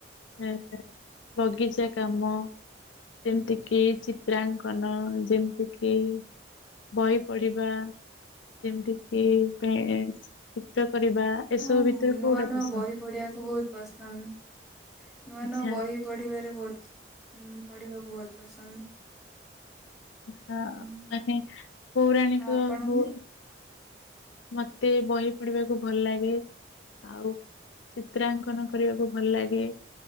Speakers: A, on the left (about 80°); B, in the centre.
A: ଏ ବଗିଚା କାମ। ଯେମିତି କିି ଚିତ୍ରାଙ୍କନ ଯେମିତି କିି ଯେମିତି କି ବହି ପଢିବା, ଯେମିତି କିି କାଇଁ ଚିତ୍ର କରିବା। ଏସବୁ
B: ହଁ
A: ଭିତରୁ
B: ନୂଆ
A: କୋଉଟା
B: ନୂଆ
A: ପସନ୍ଦ
B: ବହି ପଢିବାକୁ ବହୁତ ପସନ୍ଦ। ନୂଆ
A: ଆଚ୍ଛା
B: ନୂଆ ବହି ପଢିବାରେ ବହୁତ ଉଁ ପଢିବାକୁ ବହୁତ ପସନ୍ଦ।
A: ହ ମାନେ
B: ହୁଁ
A: ପୌରାଣିକ
B: ଆଉ ଆପଣଙ୍କୁ?
A: ହଉ ମତେ ବହି ପଢିବାକୁ ଭଲ ଲାଗେ। ଆଉ ଚିତ୍ରାଙ୍କନ କରିବାକୁ ଭଲ ଲାଗେ,